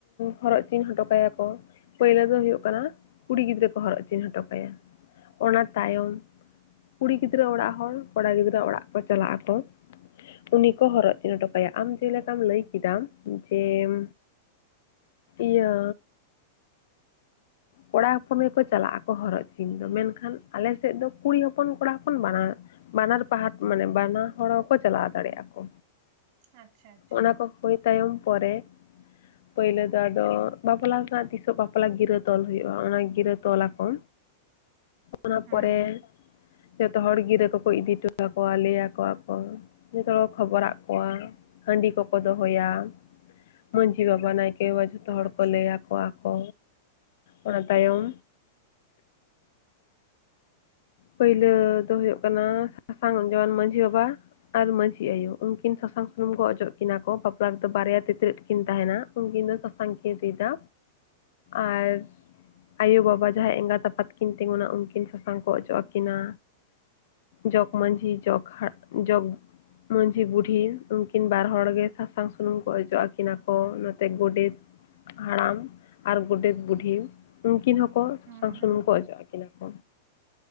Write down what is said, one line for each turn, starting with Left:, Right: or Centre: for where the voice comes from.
Left: ᱦᱚᱨᱚᱜ ᱪᱤᱱ ᱦᱚᱴᱚ ᱠᱟᱭᱟ ᱠᱚ ᱯᱟ. ᱭᱞᱟ. ᱣ ᱫᱚ ᱦᱩᱭᱩᱜ ᱠᱟᱱᱟ ᱠᱩᱲᱤ ᱜᱤᱫᱽᱨᱟᱹ ᱠᱚ ᱦᱚᱨᱚᱜ ᱪᱤᱱᱦ ᱦᱚᱴᱚ ᱠᱟᱭᱟ ᱚᱱᱟ ᱛᱟᱭᱚᱢ ᱠᱩᱲᱤ ᱜᱤᱫᱽᱨᱟᱹ ᱚᱲᱟᱜ ᱦᱚᱲ ᱠᱚᱲᱟ ᱜᱤᱫᱽᱨᱟᱹ ᱟᱜ ᱚᱲᱟᱜ ᱠᱚ ᱪᱟᱞᱟᱜ ᱟᱠᱚ ᱩᱱᱤ ᱠᱚ ᱦᱚᱨᱚᱜ ᱪᱤᱱᱦ ᱦᱚᱴᱚ ᱠᱟᱭᱟ ᱟᱢ ᱡᱮᱞᱮᱠᱟᱢ ᱞᱟᱹᱭ ᱠᱮᱫᱟᱢ ᱡᱮᱢ ᱤᱭᱟᱹ ᱠᱚᱲᱟ ᱦᱚᱯᱚᱱ ᱜᱮᱠᱚ ᱪᱟᱞᱟᱜ ᱟᱠᱚ ᱦᱚᱨᱚᱜ ᱪᱤᱱ ᱫᱚ ᱢᱮᱱᱠᱷᱟᱱ ᱟᱞᱮ ᱥᱮᱜ ᱫᱚ ᱠᱩᱲᱤ ᱦᱚᱯᱚᱱ ᱠᱚᱲᱟ ᱦᱚᱯᱚᱱ ᱵᱟ ᱵᱟᱱᱟᱨ ᱯᱟᱦᱟ ᱢᱟᱱᱮ ᱵᱟᱱᱟ ᱦᱚᱲ ᱠᱚ ᱪᱟᱞᱟᱣ ᱫᱟᱲᱮᱭᱟᱜᱼᱟ ᱠᱚ
Right: ᱟᱪᱪᱷᱟ ᱟᱪᱪᱷᱟ
Left: ᱚᱱᱟ ᱠᱚ ᱦᱳᱭᱳ ᱛᱟᱭᱚᱢ ᱯᱚᱨᱮ ᱯᱟ. ᱭᱞᱟ. ᱫᱚ ᱟᱫᱚ ᱵᱟᱯᱞᱟ ᱨᱮᱱᱟᱜ ᱛᱤᱥᱚᱜ ᱵᱟᱯᱞᱟ ᱜᱤᱨᱟᱹᱫ ᱛᱚᱞ ᱦᱩᱭᱩᱜᱼᱟ ᱚᱱᱟ ᱜᱤᱨᱟᱹ ᱛᱚᱞᱟᱠᱚ ᱚᱱᱟ
Right: ᱦᱩᱸ
Left: ᱯᱚᱨᱮ ᱡᱚᱛᱚ ᱦᱚᱲ ᱜᱤᱨᱟᱹ ᱠᱚᱠᱚ ᱤᱫᱤ ᱴᱩ ᱟᱠᱚᱣᱟ ᱞᱟᱹᱭ ᱟᱠᱚ ᱟᱠᱚᱣᱟ ᱠᱚ ᱡᱚᱛᱚ ᱦᱚᱲ ᱠᱚ ᱠᱷᱚᱵᱚᱨ ᱟᱫ ᱠᱚᱣᱟ ᱦᱟᱺᱰᱤ ᱠᱚᱠᱚ ᱫᱚᱦᱚᱭᱟ ᱢᱟᱺᱡᱷᱤ ᱵᱟᱵᱟ ᱱᱟᱭᱠᱮ ᱠᱮ ᱵᱟᱵᱟ ᱡᱷᱚᱛᱚ ᱦᱚᱲ
Right: ᱟᱪᱪᱷᱟ
Left: ᱠᱚ ᱞᱟᱹᱭ ᱟᱠᱚᱣᱟ ᱠᱚ ᱚᱱᱟ ᱛᱟᱭᱚᱢ ᱯᱟᱹᱭᱞᱟᱹ ᱫᱚ ᱦᱩᱭᱩᱜ ᱠᱟᱱᱟ ᱥᱟᱥᱟᱝ ᱡᱚᱣᱟᱱ ᱢᱟᱺᱡᱷᱤ ᱵᱟᱵᱟ ᱟᱨ ᱢᱟᱺᱡᱷᱤ ᱟᱭᱳ ᱩᱱᱠᱤᱱ ᱥᱟᱥᱟᱝ ᱥᱩᱱᱩᱢ ᱠᱚ ᱚᱡᱚᱜ ᱠᱤᱱᱟ ᱠᱚ ᱵᱟᱯᱞᱟ ᱨᱮᱫᱚ ᱵᱟᱨᱭᱟ ᱛᱤᱛᱤᱨᱮᱫ ᱠᱤᱱ ᱛᱟᱦᱮᱱᱟ ᱩᱱᱠᱤᱱ ᱫᱚ ᱥᱟᱥᱟᱝ ᱠᱤᱱ ᱨᱤᱫᱟ ᱟᱨ ᱟᱭᱳ ᱵᱟᱵᱟ ᱡᱟᱦᱟᱸᱭ ᱮᱸᱜᱟᱛ ᱟᱯᱟᱛ ᱠᱤᱱ ᱛᱤᱸᱜᱩᱱᱟ ᱩᱱᱠᱤᱱ ᱥᱟᱥᱟᱝ ᱠᱚ ᱚᱡᱚᱜ ᱟᱠᱤᱱᱟ ᱠᱤᱱᱟ ᱡᱚᱜᱽ ᱢᱺᱡᱷᱤ ᱡᱚᱜᱽ ᱦᱟ ᱡᱚᱜᱽ ᱢᱟᱺᱡᱷᱤ ᱵᱩᱰᱷᱤ ᱩᱱᱠᱤᱱ ᱵᱟᱨ ᱦᱚᱲ ᱜᱮ ᱥᱟᱥᱟᱝ, ᱥᱩᱱᱩᱢ ᱠᱚ ᱚᱡᱚᱜ ᱟᱹᱠᱤᱱᱟ ᱠᱚ ᱱᱚᱛᱮ ᱜᱚᱰᱮᱛ ᱦᱟᱲᱟᱢ ᱟᱨ ᱜᱚᱰᱮᱛ ᱵᱩᱰᱷᱤ ᱩᱱᱠᱤᱱ ᱦᱚᱸᱠᱚ ᱥᱟᱥᱟᱝ
Right: ᱦᱩᱸ ᱦᱩᱸ
Left: ᱥᱩᱱᱩᱢ ᱠᱚ ᱚᱡᱚᱜ ᱟᱹᱠᱤᱱᱟ ᱠᱚ᱾